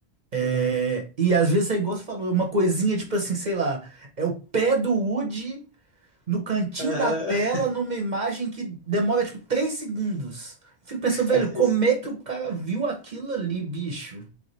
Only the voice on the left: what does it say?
Aham.
Aham.
<laughs>
É
isso.